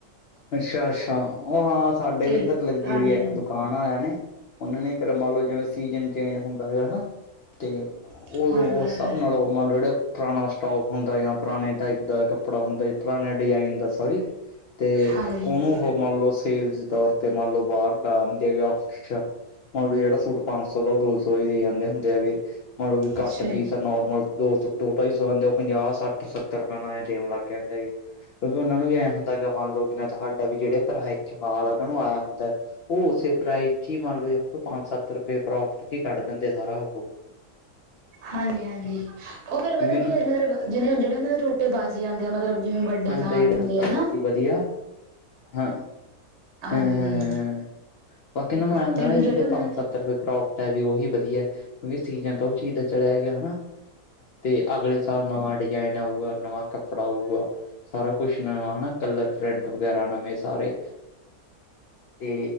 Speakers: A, on the left; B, on the right.
A: ਅੱਛਾ ਅੱਛਾ, ਉਹ ਹਾਂ ਸਾਡੇ
B: ਤੇ
A: ਵੀ ਇੱਧਰ ਲੱਗੀ
B: ਹਾਂਜੀ
A: ਹੋਈ ਐ ਇੱਕ ਦੁ ਦੁਕਾਣ ਵਾਲਾ ਹੈ ਨੀ ਉਹਨਾਂ ਨੇ ਇਕ, ਮੰਨ ਲਓ ਜਿਵੇ ਸੀਜਨ ਚੇਂਜ ਹੁੰਦਾ ਹੈਗਾ ਹੈਨਾ ਤੇ ਔ
B: ਹਾਂਜੀ ਹਾਂਜੀ ਹਾਂਜੀ
A: ਸਬ ਨਾਲੋਂ ਮੰਨ ਲਓ ਜਿਹੜਾ ਪੁਰਾਣਾ ਸਟੋਕ ਹੁੰਦਾ ਆ, ਜਾਂ ਪੁਰਾਣੇ ਟਾਈਪ ਦਾ ਕੱਪੜਾ ਹੁੰਦਾ ਐ, ਪੁਰਾਣੇ ਡਿਜ਼ਾਇਨ ਦਾ ਸੋਰੀ। ਤੇ
B: ਹਾਂਜੀ
A: ਉਹਨੂੰ
B: ਹਾਂਜੀ
A: ਉਹ ਮੰਨ ਲਓ, ਸੇਲ ਤੌਰ ਤੇ ਮੰਨ ਲਓ ਬਾਹਰ ਲਾ ਦਦੇ ਹੈ ਆਫਿਸ ਚ ਮਤਲਬ ਜਿਹੜਾ ਸੂਟ ਪੰਜ ਸੌ ਦਾ, ਉਹ ਦੋ ਸੌ ਹੀ ਦੇ ਜਾਂਦੇ ਹੁੰਦੇ ਹੈਗੇ, ਮਤਲਬ ਕਿ ਕੱਟ
B: ਅੱਛਾ ਜੀ
A: ਪੀਸ ਨੋਰਮਲ ਦੋ ਸੌ ਦੋ ਢਾਈ ਸੌ ਹੁੰਦੇ ਉਹ ਪੰਜਾਹ ਸੱਠ ਸੱਤਰ ਨਵੇ ਦੇਣ ਲੱਗ ਜਾਂਦੇ ਐ, ਕਿਉਂਕਿ ਉਹਨਾਂ ਨੂੰ ਵੀ ਐਂ ਹੁੰਦਾ ਗਾ ਮੰਨ ਲਓ ਬਿ ਤੁਹਾਡਾ ਵੀ ਜਿਹੜੇ ਪ੍ਰਾਈਜ ਚ ਮਾਲ ਉਹਨਾ ਨੂੰ ਆਇਆ ਹੁੰਦਾ ਐ ਉਹ ਉਸੇ ਪ੍ਰਾਈਜ਼ ਚ ਹੀ, ਮੰਨ ਲਓੂ ਪੰਜ ਸੱਤ ਰੁਪਏ ਪ੍ਰੋਫਿਟ ਚ ਹੀ ਕੱਢ ਦਿੰਦੇ ਸਾਰਾ ਉਹ।
B: ਹਾਂਜੀ ਹਾਂਜੀ, ਉਹ ਫੇਰ
A: ਕਿਉਂਕਿ
B: ਪਤਾ ਕੀ ਅੱਜ ਮਤਲਬ ਜਿਵੇਂ ਜਿਹੜੇ ਉਹਨਾਂ ਦੇ ਟੋਟੇ ਬਾਚ ਆ ਜਾਂਦੇ ਆ, ਮਤਲਬ ਜਿਵੇਂ ਬ ਵੱਡੇ
A: ਹੁੰਦਾ
B: ਥਾਨ
A: ਜਿਹੜਾ
B: ਹੁੰਦੇ
A: ਵੀ ਚਲੋ
B: ਆ ਹੈਨਾ।
A: ਵੀ ਵਧੀਆ ਹਾਂ
B: ਹਾਂਜੀ
A: ਹੈ ਹੈ ਹੈਂ ਬਾਕੀ ਇਹਨਾਂ ਨੂੰ ਐ ਹੁੰਦਾ
B: ਤੇ
A: ਨਾ,
B: ਵੀ
A: ਜਿਹੜੇ
B: ਉਹਨਾਂ
A: ਪੰਜ
B: ਦੇ
A: ਸੱਤ ਰੁਪਏ ਪ੍ਰੋਫ ਐ ਵੀ ਉਹੀ ਵਧੀਆ, ਕਿਉਂਕਿ ਸੀਜਨ ਤਾਂ ਉਹ ਚੀਜ਼ ਦਾ ਚਲਿਆ ਗਿਆ ਹੈਨਾ ਤੇ ਅਗਲੇ ਸਾਲ ਨਵਾਂ ਡਿਜ਼ਾਇਨ ਆਊਗਾ, ਨਵਾਂ ਕੱਪੜਾ ਆਊਗਾ। ਸਾਰਾ ਕੁਛ ਨਵਾਂ ਹੈਨਾ, ਕਲਰ ਪ੍ਰਿੰਟ ਵਗੈਰਾ ਨਵੇਂ ਸਾਰੇ ਤੇ